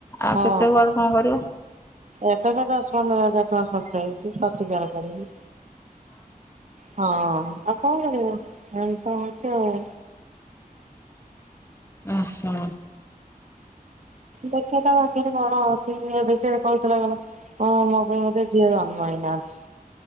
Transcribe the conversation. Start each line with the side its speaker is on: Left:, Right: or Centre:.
Left: ଆଉ
Right: ହଁ
Left: କେତେ କୁଆଡୁ କଣ କରିବ ହଁ
Right: ଏବେକା ଦଶ ପନ୍ଦର ହଜାର ଟଙ୍କା ଖର୍ଚ୍ଚ ହେଇଛି। ପ୍ରତିକାର କରିକି। ହଁ ଆଉ କଣ କରିବୁ, ଏନ୍ତା ହଉଛ ଆଉ।
Left: ଓ ହୋ
Right: ଦେଖେ ତ ଭଗ୍ୟରେ କଣ ଅଉଛି। ଏ ବିଷୟରେ କହୁଥିଲା ଗଲା ହଁ ମୋ ପାଇଁ ବୋଧେ ଝିଅ ଜନ୍ମ ହେଇନାହାନ୍ତି।